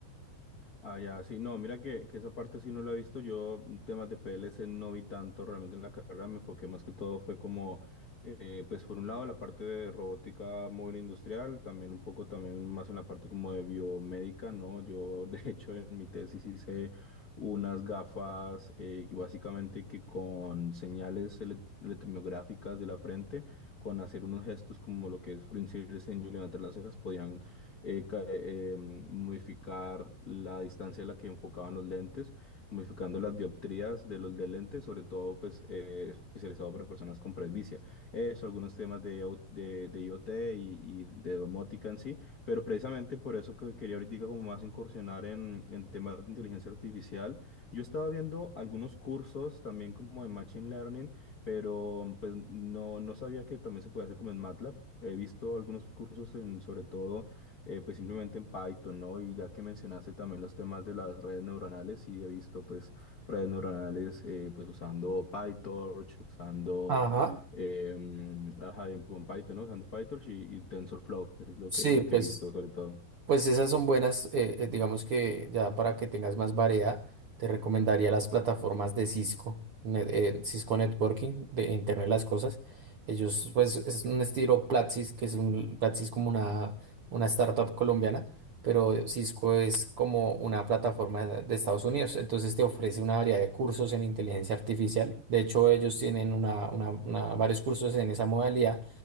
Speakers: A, on the left; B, on the right.
A: Ah, ya, sí, no, mira que, que esa parte sí no la he visto. Yo mm, temas de PLC no vi tanto realmente en la carrera, me enfoqué más que todo fue como, eh, pues por un lado la parte de robótica móvil industrial, también un poco también más en la parte como de biomédica, ¿no? Yo <laughs> de hecho en mi tesis hice unas gafas eh, que básicamente que con señales ele- electromiográficas de la frente, con hacer unos gestos como lo que es fruncir el ceño y levantar las cejas, podían eh, ca- eh, em, modificar la distancia a la que enfocaban los lentes, modificando las dioptrías de los de lentes, sobre todo pues eh, especializado para personas con presbicia. Eso, algunos temas de, au- de, de IoT y, y de domótica en sí, pero precisamente por eso que quería ahorita como más incursionar en, en temas de inteligencia artificial. Yo estaba viendo algunos cursos también como de Machine Learning, pero pues no, no sabía que también se puede hacer como en MATLAB. He visto algunos cursos en, sobre todo eh, pues simplemente en Python, ¿no? Y ya que mencionaste también los temas de las redes neuronales, sí he visto pues redes neuronales eh, pues usando PyTorch, usando,
B: Ajá,
A: em, ajá, en- con Python, ¿no? Usando PyTorch y, y TensorFlow, es lo
B: sí,
A: que, es lo
B: pues
A: que he visto sobre todo.
B: Pues esas son buenas, eh, eh, digamos que ya para que tengas más variedad, te recomendaría las plataformas de Cisco, ne- eh, Cisco Networking, de Internet de las Cosas. Ellos, pues, es un estilo Platzi, que es un, Platzi es como una, una startup colombiana, pero Cisco es como una plataforma de de Estados Unidos. Entonces te ofrece una variedad de cursos en inteligencia artificial. De hecho, ellos tienen una, una- una- varios cursos en esa modalidad